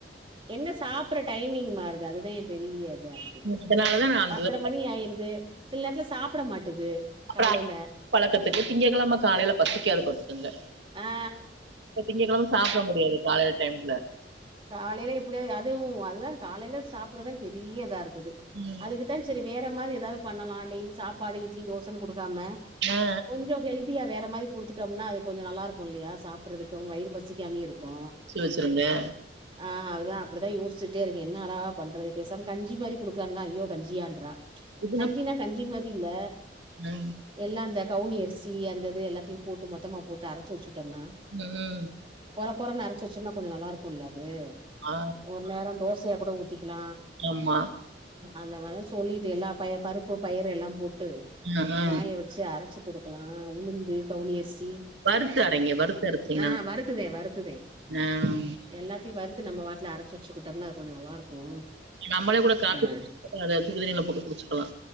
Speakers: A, on the right; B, on the right.
A: என்ன சாப்ற டைமிங் மாறுது அதுதா எ பெரிய தா இருக்குது
B: அதனாலதா நா அந்த
A: பத்தர மணி ஆயிருது சில நேரத்துல சாப்பட மாட்டுது
B: அப்புற
A: காலைல
B: பழக்கத்துக்கு திங்க கிழம காலையில பசிக்காது பாத்துக் கங்க
A: ஆ
B: திங்க கிழம சாப்பட முடியாது காலைல் டைம்ல
A: காலைல எப்டியது அதுவு அதுதா காலைல சாப்புட்றதா பெரிய இதா இருக்குது
B: ம்
A: அதுக்கு த்தே சேரி வேற மாரி ஏதாது பண்ணலா டெய்லி சாப்பாடு இட்லி தோசன் குடுக்காம
B: ஆ
A: கொஞ்சொ ஹெல்தியா வேற மாரி குடுத்துட்டோம்னா அது கொஞ்சொ நல்லா இருக்கு இல்லையா சாப்புட்றதுக்கு வயிறு பசிக்காம இருக்கு
B: <unintelligible>
A: ஆ அதா அப்டிதா யோசிட்டே இருக்கே என்னடா பண்றது பேசாம கஞ்சி மாரி குடுக்கலான்னா ஐயோ கஞ்சியான்றா
B: இதுனா
A: கஞ்சினா கஞ்சி மாதி இல்ல
B: ம்
A: எல்லா அந்த கவுனி அரிசி அந்த இது எல்லாத்தையு போட்டு மொத்தமா போட்டு அரச்சு வச்சுட்டோம்னா
B: ம்
A: கொற கொறனு அரச்சு வச்சோன்னா கொஞ்சொ நல்லா இருக்குல்ல அது
B: ஆ
A: ஒரு நேர தோசையா கூட ஊத் த்திக்லா
B: ஆமா
A: அந்த மாதா சொல்லிட்டு எல்லா பய பருப்பு பயறு எல்லா போட்டு
B: ஆ ஆ
A: காய வச் சு அரச்சு குடுக்கலா உளுந்து கவுனி அரிசி
B: வறுத்து அரைங்க வறுத்து அரச்சீங்கன்னா
A: ஆ வருத்துதே வருத்துதே
B: ஆ
A: எல்லாத்தையு வறுத்து நம்ம வாட்டுல அரச்சு வச்சுக்கிட்டோம்னா அது கொஞ்சொ நல்லா இருக்கு
B: நம்மளே கூட காப்பி
A: ம்
B: <inaudible> அத சுடு தண்ணில போட்டு குடுச்சுக்கலா